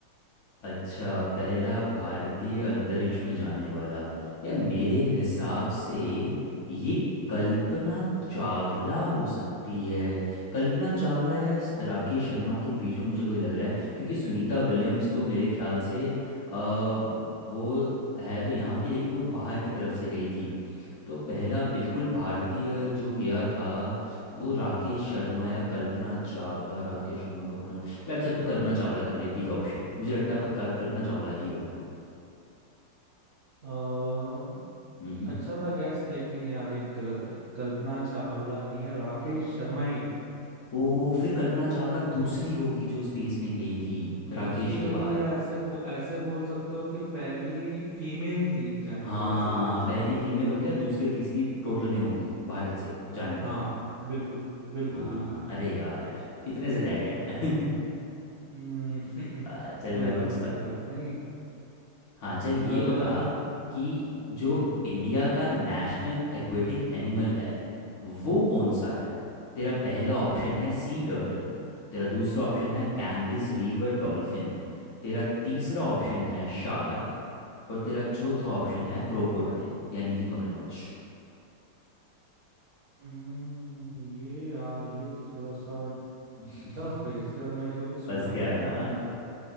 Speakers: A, on the left (about 55°); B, on the right (about 75°).
A: अच्छा पहला भारतीय अंतरिक्ष में जाने वाला यार मेरे हिसाब
B: हम्म
A: से ये कल्पना चावला हो सकती है कल्पना चावला या स- राकेश शर्मा के बीच में मुझे कोई लग रहा है क्योंकि सुनीता विलियम्स तो मेरे ख्याल से अ, वो है तो यहाँ की लेकिन वो बाहर की तरफ से गई थी तो पहला बिल्कुल भारतीय जो गया था वो राकेश शर्मा या कल्पना चावला राकेश शर्मा कल्पना चल चल तू कल्पना चावला कर ले बी ऑप्शन मुझे लगता है पक्का कल्पना चावला ही होगी
B: हम्म
A: हम्म
B: अच्छा था गैस लेकिन यार एक गलत है कल्पना चावला नहीं है राकेश शर्मा ही है
A: ओ फिर कल्पना चावला दूसरी होगी जो स्पेस में गई थी
B: दूसरी
A: राकेश के
B: होगी
A: बाद
B: या ऐसे बो, ऐसे बोल सकते हो कि पहली फीमेल थी जाने
A: हाँ
B: वाली ऐसा भी बोल
A: पहली
B: सकते हैं
A: फीमेल हो गया दूसरी तीसरी टोटल में होगी भारत से जाने वाली
B: हाँ बिल्कुल बिल्कुल
A: हाँ
B: बिल्कुल बिल्कुल
A: अरे यार इतने से रह गया मैं
B: हम्म
A: <laughs> आ, चल
B: <laughs> कोई
A: मैं
B: बात
A: पूछता
B: नहीं कोई बात नहीं
A: हाँ चल ये
B: अ,
A: बता कि जो
B: हम्म
A: इंडिया का नेशनल एक्वेटिक एनिमल है वो कौन सा है तेरा पहला ऑप्शन है सी टर्टल तेरा दूसरा ऑप्शन है गैंगिस रिवर डॉल्फिन तेरा तीसरा ऑप्शन है शार्क और तेरा चौथा ऑप्शन है क्रोकोडाइल यानी कि मगरमच्छ
B: हम्म, ये यार ये तो थोड़ा सा
A: <laughs>
B: टफ है इसके और मैंने कभी सुना
A: फंस
B: ही
A: गया
B: नहीं यार
A: ना
B: मैंने तो